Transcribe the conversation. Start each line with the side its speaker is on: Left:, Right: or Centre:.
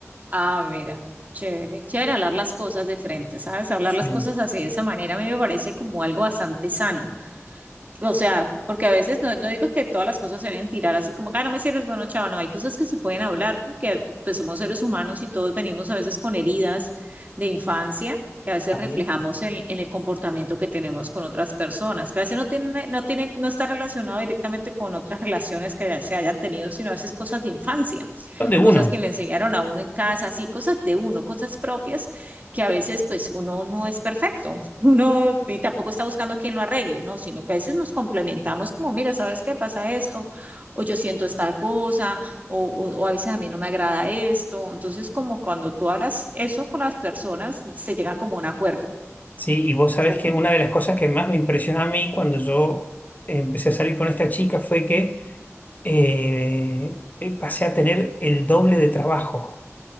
Right: Ah, mira, chévere, chévere hablar las cosas de frente, ¿sabes? Hablar
Left: Sí.
Right: las cosas así de esa manera a mí me parece como algo bastante sano. O sea, porque a veces no, no digo que todas las cosas se deben tirar así como, ah, no me sirves, bueno, chao, no, hay cosas que se pueden hablar porque pues somos seres humanos y todos venimos a veces con heridas de infancia que a veces
Left: Claro.
Right: reflejamos en, en el comportamiento que tenemos con otras personas, que a veces no tiene, no tiene, no está relacionado directamente con otras relaciones que se hayan tenido, sino a veces cosas de infancia,
Left: Son de uno,
Right: cosas que le enseñaron a uno en casa, así, cosas de uno, cosas propias que a veces pues uno no es perfecto, <laughs> uno y tampoco está buscando a quien lo arregle, ¿no? Sino que a veces nos complementamos como, mira, ¿sabes qué pasa esto? O yo siento esta cosa, o, o, o a veces a mí no me agrada esto. Entonces, como cuando tú hablas eso con las personas, se llega como a un acuerdo,
Left: ¿sí? Y vos sabés
Right: como
Left: que una de las cosas que más me impresionó a mí cuando yo empecé a salir con esta chica fue que eh, eh, pasé a tener el doble de trabajo.